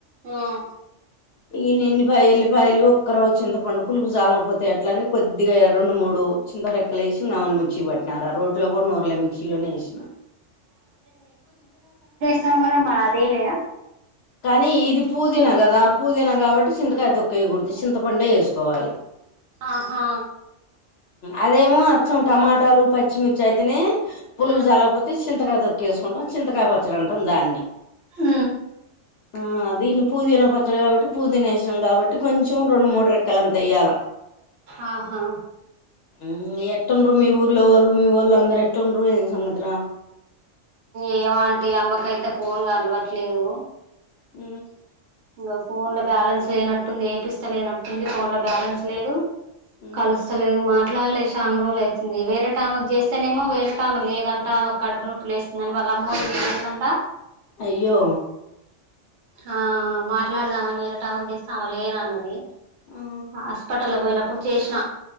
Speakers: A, on the right; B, on the left.
A: ఆహ
B: ఇ నను ల్లి ఎల్లిపాయలు ఒక్కరు చింతపండు పులుపు జాలకపోతే అట్లని కొద్దిగా రెండు మూడు చింత రెక్కలు సివన్ మిక్సీ పట్టినారా రోట్ లో కూడా నూర్ల మిక్సీలోనే వేసిన
A: సా మ అదేలే
B: కానీ ఇది పూదీనా కదా పూదీనా కాబట్టి చింతకాయ తొక్కేయకూడదు చింతపండే వేసుకోవాలి
A: ఆహా
B: అదేమో అర్సం టమాటాలు పచ్చిమిర్చి అయితేనే పులుపు
A: ఉమ్
B: జాలకపోతే చింతకా తొకు కేసుకుంటాం చింతకాయ పచ్చడం అంటాం దాన్ని
A: ఆ
B: ఆ దీన్ని పుదీనా పచ్చడు కాబట్టి పుదీనా వేసినాం కాబట్టి కొంచెం రెండు మూడు రెక్కల అంతా వయ్యాల
A: ఆాహా
B: ఊ ఎట్టుండ్రు మీ ఊర్ల ఓళ్ళు మీ ఒళ్ళు అందరు ఎటుండ్రు ఏం సంగతి రా
A: ఏమో ఆంటీ అమ్మకైతే ఫోన్ కలవట్లేదు
B: ఊ
A: ఇంకా ఫోన్ లో బ్యాలెన్స్ లేనట్టుంది ఏపిస్తా లేనట్టుంది ఫోన్ ల బ్యాలెన్స్ లేదు
B: మ్మ్
A: కలుస్తలేదు మా అట్లాలేస షాన్ రోలు అవుతుంది వేరేటామాకు చేస్తేనేమో వేరే టైమ లేదంటా ఆమెకు కడుపు నొప్పి లేస్ నను వాళ్ళ అమ్మ ల ఇంటికి పోయిందంట
B: అయ్యో
A: ఆ మాట్లాడదామని వేరటామకు చేస్తె ఆమ లేరన్నది
B: ఆ
A: హాస్పటల పోయినప్పుడు చేేష్ణ